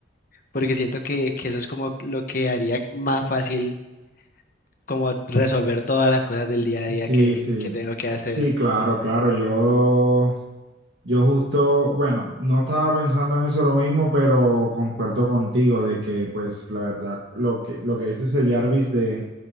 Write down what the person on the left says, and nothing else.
porque siento que, que eso es como lo que haría más fácil como resolver todas las cosas del día a día
que,
que tengo que hacer.